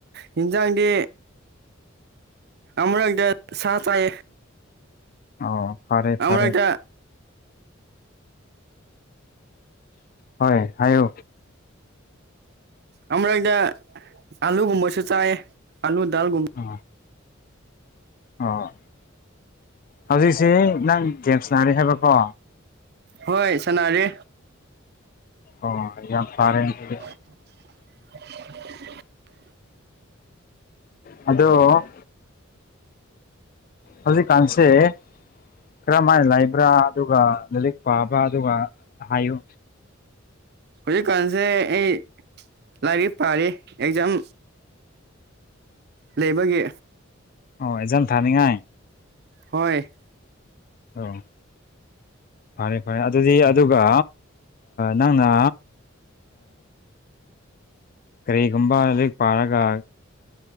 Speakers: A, on the right; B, on the left.
A: ꯌꯦꯟꯖꯥꯡꯗꯤ ꯑꯃꯔꯪꯗ ꯁꯥ ꯆꯥꯏ
B: ꯑꯣ ꯐꯔꯦ
A: ꯑꯃꯨꯔꯛꯇ
B: ꯐꯔꯦ ꯍꯣꯏ ꯍꯥꯏꯌ
A: ꯑꯃꯔꯗ ꯉꯥꯅꯨ ꯒꯨꯝꯕꯁꯨ ꯆꯥꯏꯌꯦ ꯑꯥꯂꯨ ꯗꯥꯜꯒꯨꯝꯕ
B: ꯑ ꯑ ꯍꯧꯖꯤꯛꯁꯤ ꯅꯪ ꯒꯦꯝꯁ ꯅꯥꯔꯤ ꯍꯥꯏꯕꯀꯣ
A: ꯍꯣꯏ ꯁꯅꯥꯔꯦ
B: ꯑꯣ ꯌꯥꯝ ꯐꯔꯦ ꯗꯨꯗꯤ
A: <unintelligible>
B: ꯑꯗꯣ ꯍꯧꯖꯤꯛ ꯀꯥꯟꯁꯦ ꯀꯔꯝꯍꯥꯏꯅ ꯂꯩꯕ꯭ꯔꯥ ꯑꯗꯨꯒ ꯂꯥꯏꯔꯤꯛ ꯄꯥꯕ ꯑꯗꯨꯒ ꯍꯥꯏꯌꯨ
A: ꯍꯧꯖꯤꯛꯀꯥꯟꯁꯦ ꯑꯩ ꯂꯥꯏꯔꯤꯛ ꯄꯥꯔ ꯑꯦꯛꯖꯥꯝ ꯂꯩꯕꯒꯤ
B: ꯑꯣ ꯑꯦꯖꯝ ꯊꯥꯅꯤꯡꯉꯥꯏ
A: ꯍꯣꯏ
B: ꯑꯣ ꯐꯔꯦ ꯐꯔꯦ ꯑꯗꯨꯗꯤ ꯑꯗꯨꯒ ꯅꯪꯅ ꯀꯔꯤꯒꯨꯝꯕ ꯑꯗꯨꯗꯒꯤ ꯄꯥꯔꯒ